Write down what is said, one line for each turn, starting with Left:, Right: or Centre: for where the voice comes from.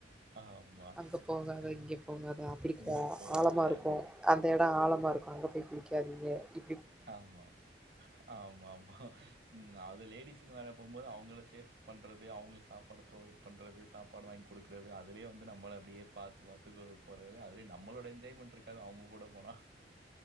Right: ஆமா.
Centre: அங்க போகாத இங்க போகாத அப்டிக்க
Right: இங்க போகாத
Centre: ஆழமா இருக்கு
Right: அப்படி இப்படி.
Centre: அந்த எட ஆழ மா இருக்கு அங்க போய் குளிக்காதீங்க இ
Right: ஆமா ஆமாம்மா ம் அது லேடிஸ்னு வேற போம்போது அவுங்கள சேஃப் பண்றது அவுங்களுக்கு சாப்பாடு ப்ரொவைட் பண்றது சாப்பாடு வாங்கி குடுக்கிறது அதுலே வந்து நம்மள அப்டியே பாத்து பாத்து போறதுலே அதுலே நம்மளோட என்ஜாய்மெண்ட் இருக்காது அவுங்க கூட போனா